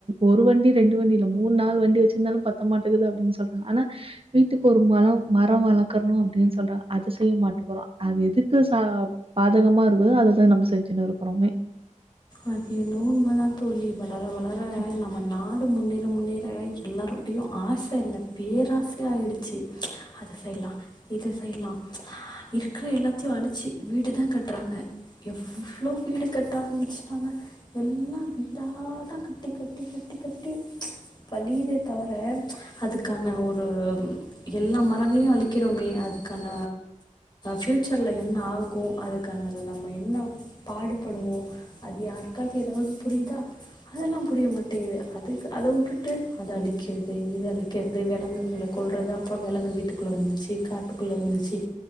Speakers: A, on the right; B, on the left.
A: ஒரு வண்டி ரெண்டு வண்டி இல்ல மூணு நாள் வண்டி வச்சிருந்தாலு பத்த மாட்ட ங்குது அப்டின் சொல்லலா அனா வீட்டுக்கு ஒரு மலொ மரம் வளக்கற்ணு அப்டின் சொல்றா அது செய்ய மாட்டுகுறோ அது எதுக்கு ச பாதகமா இருக்குதோ அததா நம் செஞ்சினு இருக்றோமே.
B: அது என்னவோ உண்மதா தோலி வளர-வளர
A: ம்
B: நாடு முன்னேற முன்னேற எல்லாருடைய ஆச இல்ல பேராசையா ஆயிடுச்சி ம்ச் அத செய்லா இது செய்லா இருக்குற எல்லாதயு அழிச்சி வீடுதா கட்றாங்க எவ்ளோ வீடு கட்ட ஆரம்பிச்சு எல்லா இதா தா கட்டி கட்டி கட்டி கட்டி வழிதே தவர அதுக்கான ஒரு எல்லா மரங்கள்யு அழிக்கிறோமே அதுக்கான பியூச்சர்ல என்ன ஆகு அதுக்கான நம்ப என்ன பாடுபடுவோ அது யாருக்காது ஏதாவ்து புரியுதா அதெல்லா புரிய மாட்டேங்குது அதுக்கு அத வுட்டுட்டு அத அழிக்கறது இத அழிக்கறது வெலங்குகள கொல்றது அப்றோ வெலங்கு வீட்டுக்குள்ள வந்துச்சி காட்டுக்குள்ள வந்துச்சி